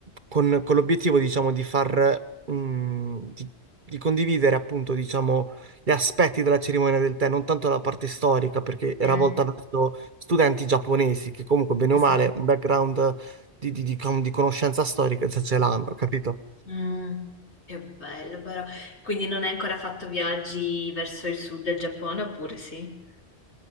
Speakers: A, on the right; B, on the left.
A: con, con l'obiettivo, diciamo, di far, mh, di, di condividere, appunto, diciamo, gli aspetti della cerimonia del tè, non tanto la parte storica, perché era
B: Sì,
A: volta verso studenti giapponesi, che comunque, bene
B: sì,
A: o male,
B: sì.
A: un background di, di- di com- di conoscenza storica, cioè ce l'hanno, capito?
B: Mm, che bello però. Quindi non hai ancora fatto viaggi verso il sud del Giappone, oppure sì?